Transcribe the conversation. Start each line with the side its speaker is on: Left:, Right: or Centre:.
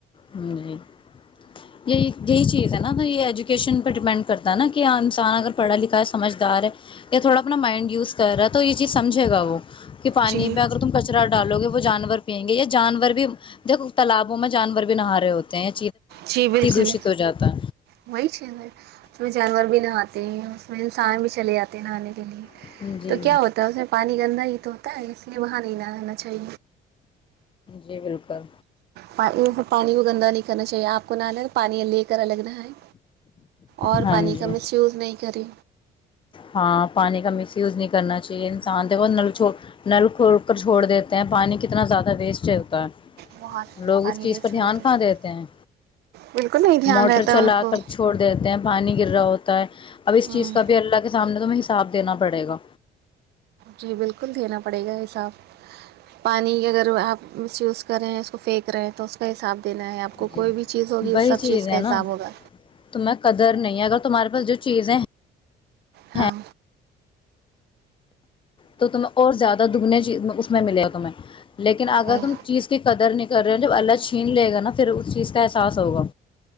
Left: جی یہی یہی چیز ہے نا تو یہ ایجوکیشن پہ ڈپینڈ کرتا ہے نا کہ انسان اگر پڑھا لکھا ہے سمجھدار ہے یا تھوڑا اپنا مائنڈ یوز کر رہا ہے تو یہ چیز سمجھے گا وہ کہ پانی
Right: جی
Left: پہ اگر تم کچرا ڈالو گے وہ جانور پئیں گے یہ جانور بھی دیکھو تالابوں میں جانور بھی بھی نہا رہے ہوتے ہیں
Right: جی بالکل
Left: دشت ہو جاتا
Right: وہی چ جانور بھی نہاتے تے ہیں اس میں انسان بھی چلے جتے ہیں نہانے کے لیے
Left: ہے جی
Right: تو کیا ہوتا ہے اس میں پانی گندا ہی تو تا ہے اس لیے وہاں نہیںا چاہے
Left: جی بالکل
Right: پانی پانی کو گندہ نہیں کرنا چاہیے آپ کو نہآنا الگ پانی لے کر الگ نہ اور
Left: ہاں
Right: پانی
Left: جی
Right: کا مس یوز نہیں کری
Left: ہاں پانی کا مس یوز نہیں کرنا چاہیے انسان دیکھو نل چھوڑ نل کھول کر چھوڑ دیتے ہیں پانی کتنا زیادہ ویسٹ چلتا ہے
Right: بہت
Left: لوگ
Right: پانی
Left: اس چیز
Right: ویسٹ
Left: پر دھیان
Right: ہو جاتا
Left: کہا
Right: ہے
Left: دیتے ہیں
Right: بالکل نہیں دھیان
Left: موٹر
Right: رہتا
Left: چلا
Right: ہے ان کو
Left: کر چھوڑ دیتے ہیں پانی گر رہا ہوتا <inaudible> اب اس
Right: ہوں
Left: چیز کا بھی اللہ کے تمہیں حصاب دینا پڑے گا
Right: جی بالکل دینا پڑے گا حساب پانی اگر آپ مس یوز کر رہے ہیں اس کو پھینک رہے ہیں تو اس کا حساب دینا ہے آپ کو
Left: جی
Right: کوئی بھی چیز ہوگی
Left: وہی
Right: اس سب
Left: چیز
Right: کا
Left: ہے
Right: حساب
Left: نا
Right: ہوگا
Left: تمہیں قدر نہیں اگر تمہارے پاس جو چیزیں
Right: ہاں
Left: ہیں تو تمہیں اور زیادہ دگنے چیز اس میں ملے تمہیں لیکن اگر
Right: وہی
Left: تم چیز کی قدر نک کر رہے ہیں جب اللہ چھین لے گا نا پھر اس چیز کا احساس ہوگا